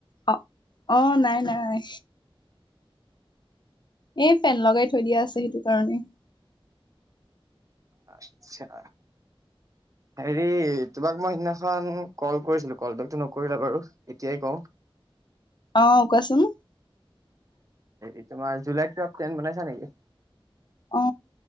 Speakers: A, on the left; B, on the right.
A: অ অ নাই নাই। এ ফেন লগাই থৈ দিয়া আছে সেইটো কাৰণে।
B: আচ্ছা। হেৰি তোমাক মই সেইদিনাখন কল কৰিছিলো কল বেকটো নকৰিলা বাৰু এতিয়াই কওঁ
A: অ কোৱাচোন ।
B: এইটোমাৰ জুলাইত কিবা প্লেন বনাইছে নেকি?
A: অ